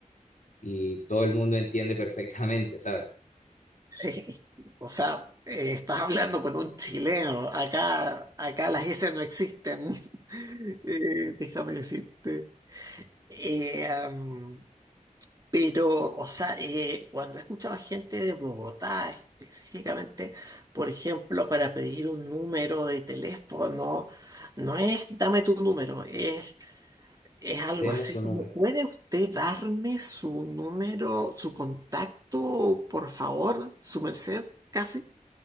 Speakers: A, on the left; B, on the right.
A: y todo el mundo entiende <laughs> perfectamente, ¿sabes?
B: Sí, o sea, eh, estás hablando con un chileno. Acá, acá las S no existen. <laughs> Eh, déjame decirte. Eh, am, pero, o sea, eh, cuando he escuchado a gente de Bogotá específicamente, por ejemplo, para pedir un número de teléfono, no es dame tu número, es, es algo
A: Deme
B: así
A: su número.
B: como, ¿puede usted darme su número, su contacto, por favor, su merced, casi?